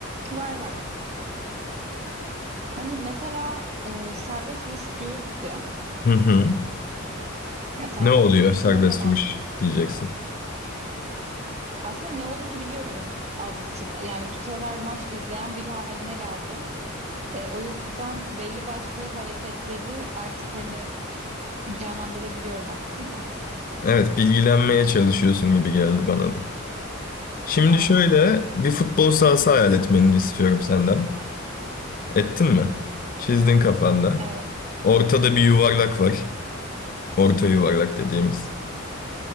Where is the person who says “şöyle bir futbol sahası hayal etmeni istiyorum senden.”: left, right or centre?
Left